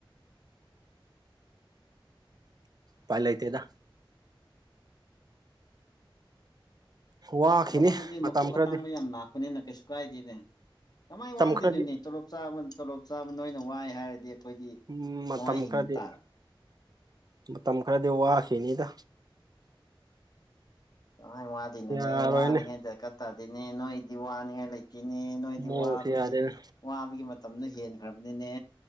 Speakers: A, on the right (about 45°); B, on the left (about 45°).
A: ꯄꯥꯏꯂ ꯏꯇꯦꯗꯥ ꯋꯥꯈꯤꯅꯤ
B: ꯅꯪꯉꯣꯟꯗꯗꯤ
A: ꯃꯇꯝ
B: ꯃꯀꯣꯛ
A: ꯈꯔꯗꯤ
B: ꯑꯇꯥꯡꯕ ꯌꯥꯝ ꯂꯥꯛꯄꯅꯤꯅ ꯀꯩꯁꯨ ꯀꯥꯏꯗꯦꯅꯦ ꯀꯃꯥꯏꯅ
A: ꯃꯇꯝ
B: ꯋꯥꯗꯣꯏꯗꯨꯅꯤ
A: ꯈꯔꯗꯤ
B: ꯇꯣꯂꯣꯞ ꯆꯥꯕ ꯇꯣꯂꯣꯞ ꯆꯥꯕ ꯅꯣꯏꯅ ꯋꯥꯏ ꯍꯥꯏꯔꯗꯤ ꯑꯩꯈꯣꯏꯗꯤ
A: ꯎꯝ ꯃꯇꯝ
B: ꯀꯃꯥꯏꯅ ꯍꯤꯡꯕ
A: ꯈꯔꯗꯤ
B: ꯇꯥꯔꯕ
A: ꯃꯇꯝ ꯈꯔꯗꯤ ꯋꯥꯈꯤꯅꯤꯗ
B: ꯀꯥꯏ ꯋꯥꯗꯅꯨꯅꯦ
A: ꯌꯥꯔꯣꯏꯅꯦ
B: ꯋꯥꯅꯤꯉꯥꯏꯗ ꯀꯇꯥꯗꯤꯅꯦ ꯅꯣꯏꯗꯤ ꯋꯥꯅꯤꯡꯉꯥꯏ ꯂꯩꯇꯦ ꯒꯤꯅꯦ ꯅꯣꯏꯗꯤ
A: ꯃꯑꯣꯡꯁꯦ
B: ꯋꯥꯕꯒꯤ
A: ꯌꯥꯗꯦꯅꯦ
B: ꯋꯥꯕꯒꯤ ꯃꯇꯝꯗꯨ ꯍꯦꯟꯈ꯭ꯔꯕꯅꯤꯅꯦ